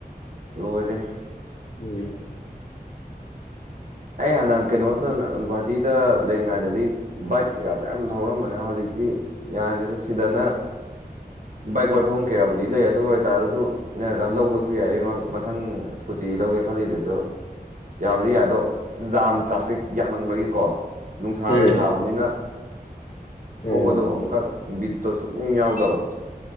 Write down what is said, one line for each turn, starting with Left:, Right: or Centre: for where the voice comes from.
Right: ꯂꯣꯏꯔꯦ
Left: ꯎꯝ
Right: ꯑꯩ ꯍꯥꯟꯅ ꯀꯩꯅꯣꯗ ꯒꯨꯍꯥꯇꯤꯗ ꯂꯩꯔꯤꯉꯩꯗꯗꯤ ꯕꯥꯏꯛ ꯀꯩꯀꯥ ꯃꯌꯥꯝ ꯊ ꯍꯧꯔꯝꯕꯅꯦ ꯍꯧꯖꯤꯛ ꯌꯥꯅꯤꯗ ꯁꯤꯗꯅ ꯕꯥꯏꯛ ꯋꯥꯏꯐꯝ ꯀꯌꯥꯕꯨꯗꯤ ꯂꯩ ꯑꯗꯨ ꯑꯣꯏꯇꯥꯔꯒꯁꯨ ꯅꯔꯀꯥꯟꯗ ꯂꯧꯕꯁꯨ ꯌꯥꯏ ꯑꯩ ꯃꯊꯪ ꯏꯁꯀꯨꯇꯤ ꯀꯩꯗꯧꯒꯦ ꯈꯜꯂꯤꯗꯨꯁꯨ ꯌꯥꯕꯨꯗꯤ ꯌꯥꯏ ꯑꯗꯣ ꯖꯥꯝ ꯇ꯭ꯔꯥꯐꯤꯛ ꯌꯥꯝꯃꯟꯕꯒꯤꯀꯣ ꯅꯨꯡꯁꯥꯒ
Left: ꯎꯝ
Right: ꯁꯥꯕꯅꯤꯅ ꯊꯧꯕꯗꯣ
Left: ꯎꯝ
Right: ꯑꯃꯨꯛꯀ ꯕꯤꯠꯇꯣ ꯁꯨꯛꯅꯤꯡ ꯌꯥꯎꯗꯕ